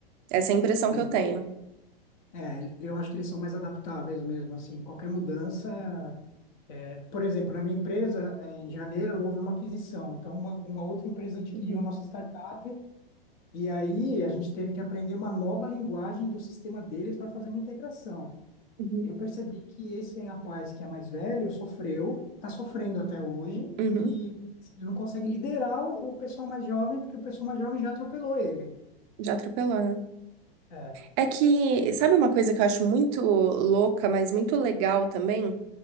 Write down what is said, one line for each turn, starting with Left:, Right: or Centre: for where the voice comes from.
Right: Essa é a impressão
Left: sim.
Right: que eu tenho.
Left: É, eu acho que eles são mais adaptáveis mesmo, assim, qualquer mudança É, Por exemplo, na minha empresa, eh, em janeiro, houve uma aquisição. Então, uma, uma outra empresa adquiriu
Right: Uhum,
Left: a nossa startup e aí a gente teve que aprender uma nova linguagem do sistema deles para fazer uma integração.
Right: uhum.
Left: Eu percebi que esse rapaz que é mais velho sofreu, está sofrendo até hoje,
Right: Uhum,
Left: de assim, ele não consegue liderar o, o pessoal mais jovem, porque o pessoal mais jovem já atropelou ele.
Right: já atropelou, né?
Left: É,
Right: É que, sabe uma coisa que eu acho muito louca, mas muito legal também?